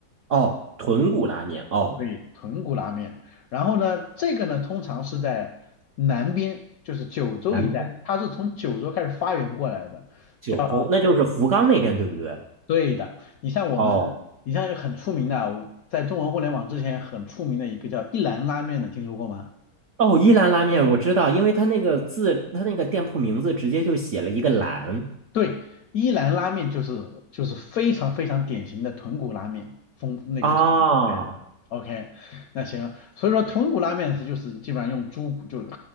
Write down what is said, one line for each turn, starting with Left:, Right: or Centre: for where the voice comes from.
Right: 哦，豚骨拉面。哦，
Left: 对，豚骨拉面。然后呢，这个呢通常是在南边，就是九州一带，
Right: 南边
Left: 它是从九州开始发源过来的，
Right: 九州，
Left: 叫
Right: 那就是福冈那边对不对？
Left: 对的。你像我们，
Right: 哦。
Left: 你像很出名的啊，在中文互联网之前很出名的一个叫一兰拉面的，听说过吗？
Right: 哦，一兰拉面我知道，因为它那个字，它那个店铺名字直接就写了一个“兰”
Left: 对，伊兰拉面就是就是非常非常典型的豚骨拉面风那个这个带的。
Right: 啊。
Left: OK，那行，所以说豚骨拉面是就是基本上用猪骨，就是